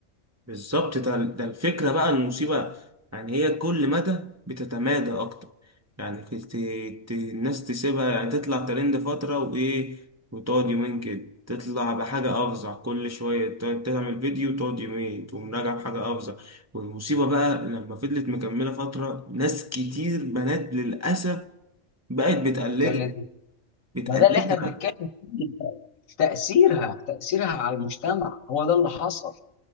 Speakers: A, on the right; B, on the left.
A: بالظبط ده ده الفكرة بقى المصيبة يعني هي كل مدى بتتمادى أكتر يعني في- ت- ت- الناس تسيبها يعني تطلع ترند فترة وإيه وتقعد يومين كده تطلع بحاجة أفظع كل شوية ت- تعمل فيديو وتقعد يومين تقوم راجع بحاجة أفظع والمصيبة بقى لما فضلت مكملة فترة ناس كتير بنات للأسف بقت بتقلدها
B: قال لي
A: بتقلدها
B: ما ده اللي احنا بنتكلم فيه تأثيرها تأثيرها على المجتمع هو ده اللي حصل